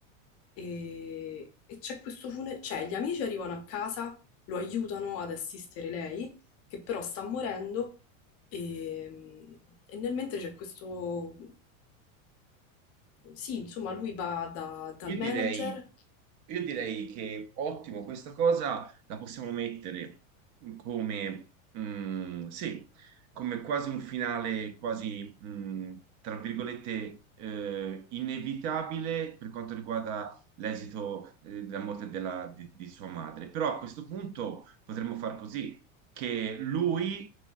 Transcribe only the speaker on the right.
Io
direi, io direi che ottimo, questa cosa la possiamo mettere come, mm, sì, come quasi un finale, quasi, mm, tra virgolette, eh, inevitabile per quanto riguarda l'esito, eh, della morte della- di, di sua madre. Però a questo punto potremmo far così che lui